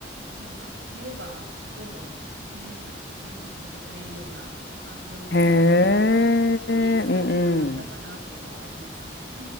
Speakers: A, on the right (about 60°); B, on the left (about 60°).
A: なんか言えばどんどんねあチャレンジさせてくれるような環境にいたのでまあ経験値はね上がったかなっていうのはありますね。
B: へえ。うんうん。